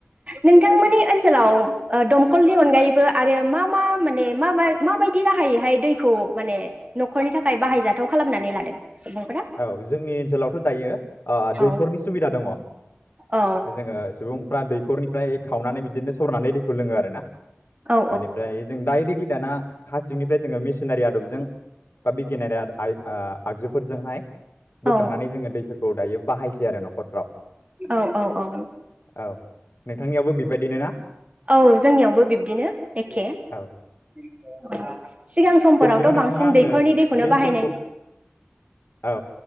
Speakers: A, on the right; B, on the left.
A: नोंथांमोननि ओनसोलाव ओ दमखलनि अनगायैबो आरो मा मा माने मा मा बायदि राहायैहाय दैखौ माने न'खरनि थाखाय बाहायजाथाव खालामनानै लादों? सुबुंफोरा
B: औ जोंनि ओनसोलावथ' दायो आ दैखरनि
A: औ
B: सुबिदा दङ ।
A: औ
B: जोङो सुबुंफ्रा दैखरनिफ्राय खावनानै बिदिनो सरनानै दै खुरलोङो आरो ना ओनिफ्राय
A: औ
B: जों डायरेक्टलि दाना हासिंनिफ्राय जोङो मेसिनारि आदबजों बा बिगियानारि <unintelligible> आइ आगजुफोरजोंहाय बोखांनानै
A: औ
B: जोङो दैफोरखौ दायो बाहायसै आरो न'खरफ्राव।
A: औ औ औ
B: औ नोंथांनियावबो बिबाय बिदिनो ना?
A: औ जोंनियावबो बिब्दिनो एखे
B: औ
A: <inaudible> सिगां समफोरावथ'
B: दे बिदिबा नोंथाङा
A: बांसिन
B: आंनो
A: दैखरनि दैखौनो
B: बे
A: बाहायनाय
B: समखौ औ